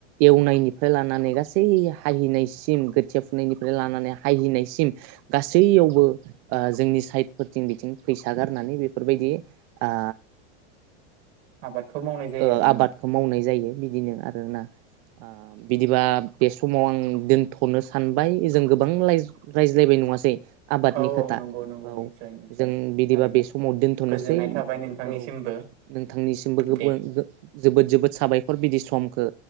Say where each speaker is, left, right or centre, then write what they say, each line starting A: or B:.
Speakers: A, on the right; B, on the right.
A: एवनायनिफ्राय लानानै गासै हाहैनायसिम खोथिया फुनायनिफ्राय लानानै हाहैनायसिम गासैयावबो जोंनि साइडफोरथिं बिथिं फैसा गारनानै बेफोरबायदि आ
B: आबादखौ मावनाय जायो
A: ओ
B: आरो न'?
A: आबादखौ मावनाय जायो बिदिनो आरोना । आ बिदिबा बे समाव आं दोनथ'नो सानबाय । जों गोबां रायज्लायबाय नङासै? आबादनि
B: औ
A: खोथा
B: औ नंगौ नंगौ
A: औ
B: निस्सय निस्सय
A: जों
B: निस्सय
A: बिदिबा
B: थारैनो
A: बे समाव दोनथ'नोसै
B: गोजोननाय थाबाय नोंथांनिसिमबो
A: औ नोंथांनिसिमबो जोबोद
B: दे
A: जबोद साबायखर बिदि समखौ